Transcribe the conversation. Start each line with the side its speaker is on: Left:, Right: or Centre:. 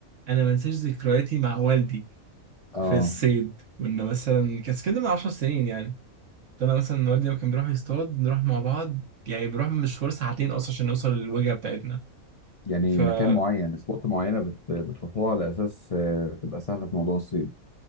Right: أنا ما أنساش ذكرياتي مع والدي
Left: اه
Right: في الصيد كنا مثلا كان كده من عشر سنين يعني فأنا مثلا والدي لما كان بيروح يصطاد نروح مع بعض يعني بنروح مشوار ساعتين أصلا عشان نوصل للوجهة بتاعتنا
Left: يعني
Right: فا
Left: مكان معين سبوت معينه بت... بتروحوها على اساس آه، تبقى سهله في موضوع الصيد